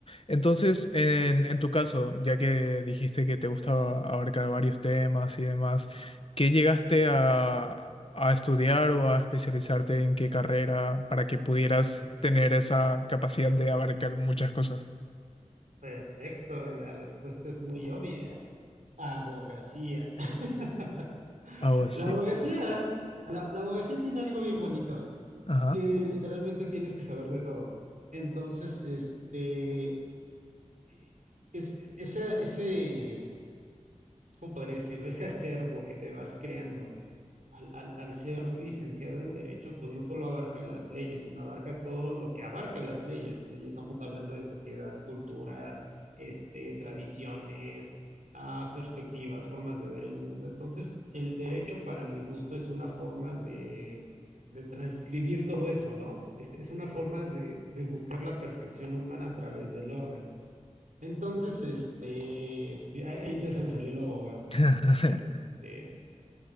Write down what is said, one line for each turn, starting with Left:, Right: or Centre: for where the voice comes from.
Left: Entonces, en, en tu caso, ya que dijiste que te gustaba abarcar varios temas y demás, ¿qué llegaste a, a estudiar o a especializarte en qué carrera para que pudieras
Right: pues,
Left: tener esa capacidad de abarcar muchas cosas?
Right: perfecto, la respuesta es muy obvia. Abogacía. <laughs>
Left: Algo así.
Right: La abogacía, la, la abogacía tiene algo bien bonito.
Left: Ajá.
Right: que literalmente tienes que saber de todo. Entonces, este, eh, es, esa- ese, ¿cómo podría decirlo? Ese acervo que te vas creando al, al- al ser licenciado en Derecho, pues no solo abarca las leyes, sino abarca todo lo que abarca las leyes. eh, Y estamos hablando de sociedad, cultura, este, tradiciones, ah, perspectivas, formas de ver el mundo. Entonces, el derecho, para mi gusto, es una forma de, de transcribir todo eso, ¿no? Es, es una forma de, de buscar la perfección humana a través del orden. Entonces, este, sí, ahí ya se me salió lo abogado.
Left: <laughs>
Right: Este,